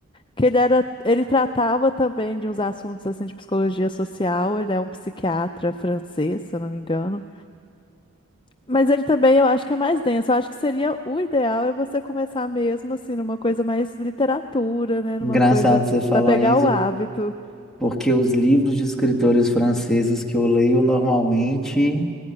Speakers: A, on the left; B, in the centre.
A: que ele era, ele tratava também de uns assuntos assim de psicologia social, ele é um psiquiatra francês, se eu não me engano. Mas ele também, eu acho que é mais denso, eu acho que seria, o ideal é você começar mesmo assim numa coisa mais literatura, né, numa
B: Engraçado
A: coisa
B: você falar
A: para pegar
B: isso,
A: o hábito.
B: porque os livros de escritores franceses que eu leio normalmente